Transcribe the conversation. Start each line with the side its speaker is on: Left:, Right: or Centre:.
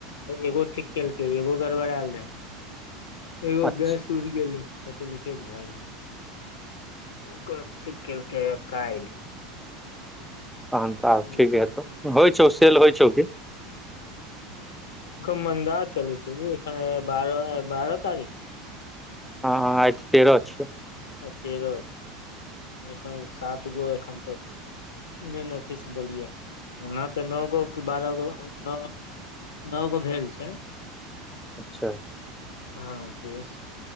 Left: एगो ठीक कयेलकै एगो गड़बड़एल रहै एगो
Centre: अच्छा
Left: गैस उड़ि गेलै कतहु लीकेज भऽ गेल हुनक चेलक कइल।
Centre: तहन त आब
Left: हँ
Centre: ठीक हेतौ होइ छौ सेल होइ छौ की
Left: मन्दाज चलै छै ए बारह बारह तारीख छै
Centre: हँँ आइ आइ तेर अ छिय
Left: आ तेरह एन सात गो एखन त मेन अथी से देलियै ओना तऽ नओ गो क बारह गो नओ नओ गो भेल छै।
Centre: अच्छा।
Left: हँ पस